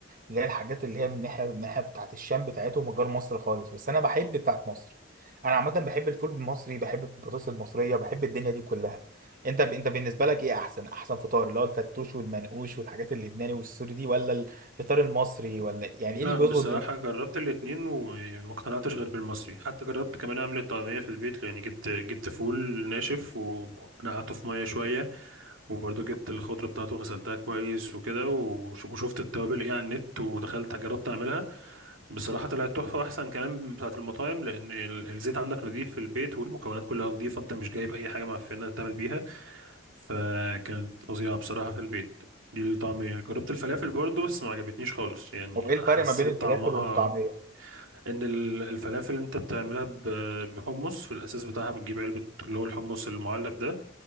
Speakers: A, on the right; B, on the right.
A: اللي هي الحاجات اللي هي من ناحيه الناحيه بتاعت الشام بتاعتهم غير مصر خالص بس انا بحب بتاعت مصر انا عامه بحب الفول المصري بحب البطاطس المصريه بحب الدنيا دي كلها انت انت بالنسبه لك ايه احسن احسن فطار اللي هو الفتوش والمنقوش والحاجات اللبناني والسوري دي ولا الفطار المصري ولا يعني
B: لا
A: ايه اللي بيظبط
B: بصراحة
A: دماغك
B: جربت الاتنين وما اقتنعتش غير بالمصري حتى جربت كمان اعمل الطعمية في البيت يعني جبت جبت فول ناشف ونقعته في مية شوية وبرضه جبت الخضرة بتاعته غسلتها كويس وكده وش- وشفت التوابل ايه على النت ودخلت جربت اعملها بصراحة طلعت تحفة واحسن كمان من بتاعة المطاعم لان ال- الزيت عندك نضيف في البيت والمكونات كلها نضيفة انت مش جايب اي حاجة معفنة تعمل بيها فكانت فظيعة بصراحة في البيت دي الطعمية جربت الفلافل برضه بس ما عجبتنيش خالص يعني
A: او
B: حسيت
A: ايه الفرق ما بين الفلافل
B: طعمها
A: والطعميه
B: ان ال- الفلافل انت بتعملها ب- بحمص في الاساس بتاعها بتجيب علبة اللي هو الحمص المعلب ده